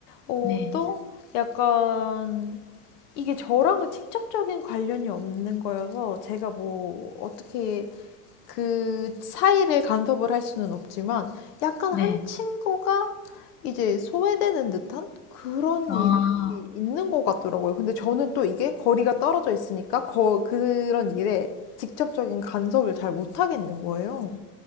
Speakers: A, on the left (about 80°); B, on the left (about 25°).
A: 어,
B: 네,
A: 또 약간 이게 저랑은 직접적인 관련이 없는 거여서 제가 뭐 어떻게 그 사이를 간섭을 할 수는 없지만 약간
B: 네.
A: 한 친구가 이제 소외되는 듯한 그런
B: 아,
A: 일이 있는 것 같더라고요. 근데 저는 또 이게 거리가 떨어져 있으니까 거, 그런 일에 직접적인 간섭을 잘 못하겠는 거예요.